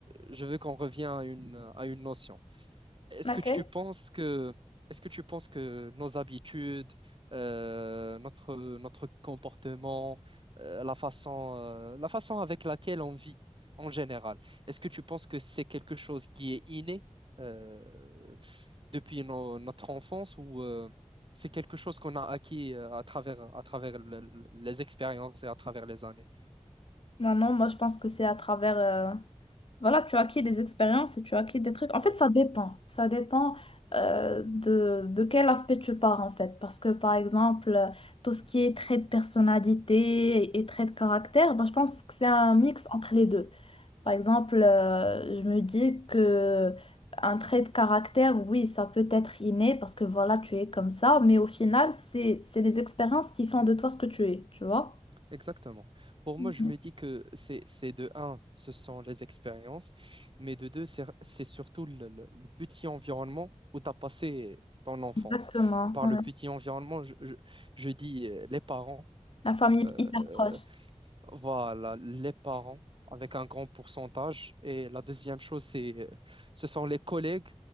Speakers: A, on the right (about 45°); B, on the left (about 50°).
A: je veux qu'on revienne à une à une notion. Est-ce
B: Laquelle?
A: que tu penses que, est-ce que tu penses que nos habitudes, euh, notre, notre comportement, euh, la façon, euh, la façon avec laquelle on vit en général, est-ce que tu penses que c'est quelque chose qui est inné, euh, depuis no- notre enfance ou, euh, c'est quelque chose qu'on a acquis euh, à travers, à travers le- le- les expériences et à travers les années?
B: Bah non, moi je pense que c'est à travers euh, Voilà, tu acquiers des expériences et tu acquiers des trucs. En fait,
A: Ouais.
B: ça dépend. Ça dépend euh, de, de quel aspect tu pars, en fait. Parce que, par exemple, euh, tout ce qui est trait de personnalité et, et trait de caractère, ben, je pense que c'est un mix entre les deux. Par exemple, euh, je me dis que un trait de caractère, oui, ça peut être inné parce que, voilà, tu es comme ça. Mais au final, c'est, c'est les expériences qui font
A: Mhm.
B: de toi ce que tu es, tu vois?
A: Exactement. Pour
B: Mhm.
A: moi, je me dis que c'est c'est de un, ce sont les expériences, mais de deux, c'est c'est surtout le, le- le petit environnement où tu as passé ton enfance.
B: Exactement.
A: Et par
B: ouais.
A: le petit environnement, je, je- je dis euh, les parents,
B: La famille
A: euh,
B: hyper proche.
A: voilà, les parents avec un grand pourcentage. Et la deuxième chose, c'est, euh, ce sont les collègues